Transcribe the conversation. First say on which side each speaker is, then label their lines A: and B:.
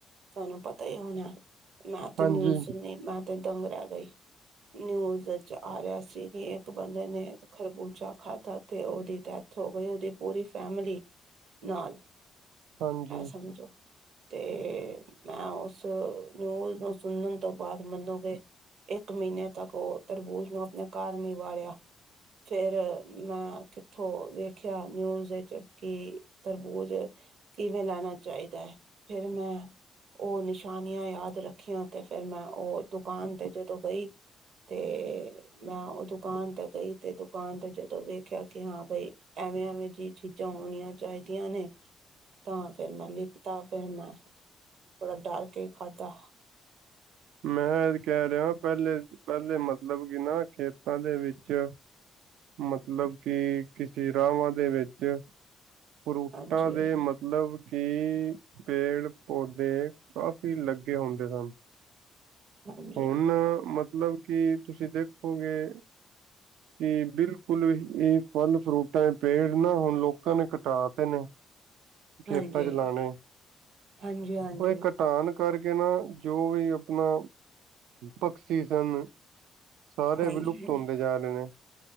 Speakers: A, on the right (about 70°); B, on the right (about 85°).
A: ਤੁਹਾਨੂੰ ਪਤਾ ਹੀ ਹੋਣਾ ਮੈਂ ਤੇ
B: ਹਾਂਜੀ
A: ਨਿਊਜ਼ ਸੁਣੀ ਮੈਂ ਤੇ ਦੰਗ ਰਹਿ ਗਈ ਨਿਊਜ਼ ਵਿਚ ਆ ਰਿਹਾ ਸੀ ਕਿ ਇੱਕ ਬੰਦੇ ਨੇ ਖਰਬੂਜਾ ਖਾਧਾ ਤੇ ਉਹਦੀ ਡੈਥ ਹੋ ਗਈ ਉਹਦੀ ਪੂਰੀ ਫੈਮਲੀ ਨਾਲ।
B: ਹਾਂਜੀ
A: ਆਹ ਸਮਝੋ ਤੇ ਮੈਂ ਉਸ ਨਿਊਜ਼ ਨੂੰ ਸੁਣਨ ਤੋਂ ਬਾਅਦ ਮੰਨੋਗੇ, ਇੱਕ ਮਹੀਨੇ ਤੱਕ ਉਹ ਤਰਬੂਜ਼ ਨੂੰ ਆਪਣੇ ਘਰ ਨੀ ਵਾੜਿਆ ਫੇਰ। ਮੈਂ ਕਿੱਥੋਂ ਵੇਖਿਆ ਨਿਊਜ਼ ਵਿਚ ਕਿ ਤਰਬੂਜ ਕਿਵੇਂ ਲਾਣਾ ਚਾਹੀਦਾ ਫਿਰ ਮੈਂ ਉਹ ਨਿਸ਼ਾਨੀਆਂ ਯਾਦ ਰੱਖੀਆਂ ਤੇ ਫਿਰ ਮੈਂ ਉਹ ਦੁਕਾਨ ਤੇ ਜਦੋਂ ਗਈ। ਤੇ ਮੈਂ ਉਹ ਦੁਕਾਨ ਤੇ ਗਈ ਤੇ ਦੁਕਾਨ ਤੇ ਵੇਖਿਆ ਕਿ ਹਾਂ ਬਈ ਐਵੇਂ ਐਵੇਂ ਜਿਹੀ ਚੀਜ਼ਾਂ ਹੋਣੀਆਂ ਚਾਹੀਦੀਆਂ ਨੇ। ਤਾਂ ਫੇਰ ਮੈਂ ਲਿੱਤਾ ਫੇਰ ਮੈਂ ਥੋੜਾ ਡਰ ਕੇ ਖਾਧਾ।
B: ਮੈਂ ਕਹਿ ਰਿਹਾ ਪਹਿਲੇ ਪਹਿਲੇ ਮਤਲਬ ਕਿ ਨਾ ਖੇਤਾਂ ਦੇ ਵਿੱਚ ਮਤਲਬ ਕਿ ਕਿਸੀ ਰਾਵਾਂ ਦੇ ਵਿੱਚ ਫਰੂਟਾਂ
A: ਹਾਂਜੀ
B: ਦੇ ਮਤ ਲਬ ਕਿ ਪੇੜ ਪੌਦੇ ਕਾਫ਼ੀ ਲੱਗੇ ਹੁੰਦੇ ਸਨ।
A: ਹਾਂਜੀ
B: ਹੁਣ ਮਤਲਬ ਮਤਲਬ ਕਿ ਤੁਸੀਂ ਦੇਖੋਗੇ ਕਿ ਬਿਲਕੁਲ ਇਹ ਫਲ ਫਰੂਟਾਂ ਪੇੜ ਨਾ ਹੁਣ ਲੋਕਾਂ ਨੇ ਕਟਾ ਤੇ ਨੇ। ਖੇਤਾਂ
A: ਹਾਂਜੀ
B: ਚ ਲਾਣੇ
A: ਹਾਂਜੀ ਹਾਂਜੀ
B: ਉਹ ਇਹ ਘਟਾਨ ਕਰਕੇ ਨਾ ਜੋ ਵੀ। ਆਪਣਾ ਪਕਸ਼ੀ ਸਨ ਸਾਰੇ
A: ਹਾਂਜੀ
B: ਵਿਲੁਪਤ ਹੁੰਦੇ ਜਾ ਰਹੇ ਨੇ।